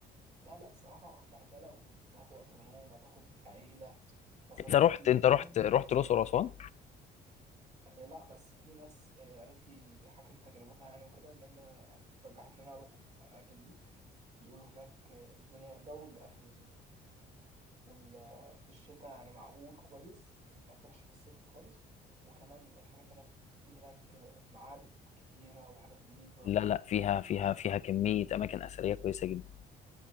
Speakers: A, on the right; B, on the left.
A: لا لا الصراحه بهدله وتاخد قطر نوم وتاخد عيله مصاريف
B: انت رحت
A: كتير
B: انت
A: فاهم
B: رحت رحت الاقصر واسوان
A: آه لا بس في ناس آه قالت لي حكت لي تجربتها يعني وكده لان يعني رجحت لي ان انا اروح الاماكن دي بيقولوا هناك آه، الدنيا جو بقى في في ال- في الشتاء يعني معقول كويس ما تروحش في الصيف خالص وكمان الحاجات هناك في هناك معابد كتيرة وحاجات نظيفة
B: لا لا فيها
A: وفي
B: فيها فيها كميه اماكن اثريه كويسه جدا